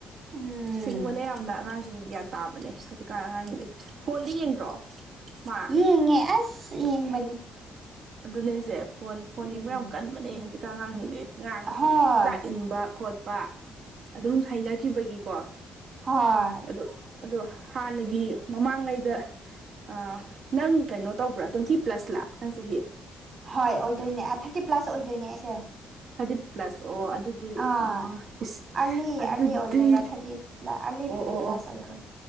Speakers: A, on the right; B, on the right.
A: ꯎꯝ
B: ꯁꯤꯡꯕꯅ ꯌꯥꯝꯅ ꯑꯉꯥꯡꯁꯤꯡ ꯒ꯭ꯌꯥꯟ ꯇꯥꯕꯅꯦ ꯍꯧꯖꯤꯛꯀꯥꯟ ꯑꯉꯥꯡ ꯐꯣꯟꯗꯤ ꯌꯦꯡꯗ꯭ꯔꯣ ꯃꯥ
A: ꯌꯦꯡꯉꯦ ꯑꯁ ꯌꯦꯡꯕꯅꯤ
B: ꯑꯗꯨꯅꯦꯁꯦ ꯐꯣꯟ ꯐꯣꯟ
A: ꯎꯝ
B: ꯌꯦꯡꯕ ꯌꯥꯝ ꯀꯟꯕꯅꯦ ꯍꯧꯖꯤꯛꯀꯥꯟ ꯑꯉꯥꯡꯁꯤꯡꯁ‌ꯦ ꯉꯥꯡꯑꯁꯨ
A: ꯍꯣꯏ
B: ꯆꯥꯛ ꯏꯟꯕ ꯈꯣꯠꯄ ꯑꯗꯨꯝ ꯍꯩꯅꯈꯤꯕꯒꯤꯀꯣ
A: ꯍꯣꯏ
B: ꯑꯗꯨ ꯑꯗꯣ ꯍꯥꯟꯅꯒꯤ ꯃꯃꯥꯡꯉꯩꯗ ꯑ ꯅꯪ ꯀꯩꯅꯣ ꯇꯧꯕ꯭ꯔꯥ ꯇ꯭ꯋꯦꯟꯇꯤ ꯄ꯭ꯂꯁ ꯂ ꯅꯪ ꯆꯍꯤ
A: ꯍꯣꯏ ꯑꯣꯏꯗꯣꯏꯅꯦ ꯑ ꯊꯥꯔꯇꯤ ꯄ꯭ꯂꯁ ꯑꯣꯏꯗꯣꯏꯅꯦ ꯑꯩꯁꯦ
B: ꯊꯥꯔꯇꯤ ꯄ꯭ꯂꯁ ꯑꯣ ꯑꯗꯨ ꯗꯤ
A: ꯑꯥ
B: ꯑ ꯏꯁ‌
A: ꯑꯥꯔꯂꯤ ꯑꯥꯔꯂꯤ
B: ꯑꯗꯨꯗꯤ
A: ꯑꯣꯏꯗꯣꯏꯕ ꯊꯥꯔꯇꯤ ꯑꯥꯔꯂꯤ ꯊꯥꯔꯇꯤ
B: ꯑꯣ ꯑꯣ
A: ꯄ꯭ꯂꯁ
B: ꯑꯣ
A: ꯑꯣꯏꯗꯣꯏꯕ